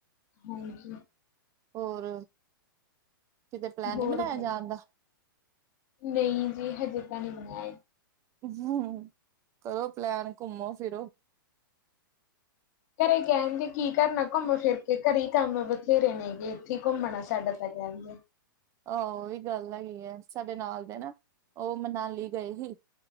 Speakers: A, on the left; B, on the right.
A: ਹਾਂਜੀ।
B: ਹੋਰ, ਕਿਤੇ ਪਲੈਨ
A: ਹੋਰ
B: ਨੀ ਬਣਾਇਆ
A: ਬ
B: ਜਾਣ ਦਾ?
A: ਨਹੀਂ ਜੀ, ਹਜੇ ਤਾਂ ਨੀ ਬਣਾਇਆ।
B: ਅਹੂੰ, ਕਰੋ ਪਲੈਨ, ਘੁੰਮੋ ਫਿਰੋ।
A: ਘਰੇ ਕਹਿਣਦੇ ਕੀ ਕਰਨਾ ਘੁੰਮ ਫਿਰ ਕੇ, ਘਰੇ ਈ ਕੰਮ ਬਥੇਰੇ ਨੇਗੇ, ਏਥੇ ਈ ਘੁੰਮਣਾ ਸਾਡਾ ਤਾਂ ਕਹਿਣਗੇ।
B: ਆਹੋ ਓਈ ਗੱਲ ਹੈਗੀ ਐ। ਸਾਡੇ ਨਾਲ ਦੇ ਨਾ, ਓ ਮਨਾਲੀ ਗ‌ਏ ਹੀ।